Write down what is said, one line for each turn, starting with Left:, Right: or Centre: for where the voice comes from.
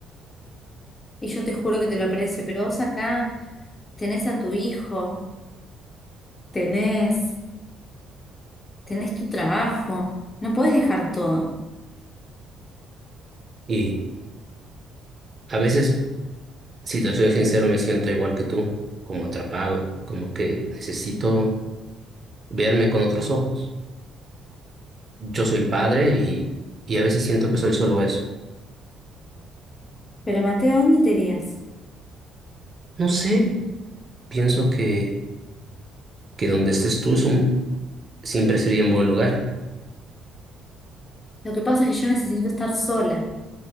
Left: Y yo te juro que te lo aprecio, pero vos acá... tenés a tu hijo, tenés, tenés tu trabajo, no podés dejar todo.
Right: Y a veces Si te soy sincero, me siento igual que tú, como atrapado, como que necesito verme con otros ojos. Yo soy padre y, y a veces siento que soy solo eso.
Left: Pero Mateo, ¿a dónde te irías?
Right: No sé, pienso que, que donde estés tú es un- siempre sería un buen lugar.
Left: Lo que pasa es que yo necesito estar sola,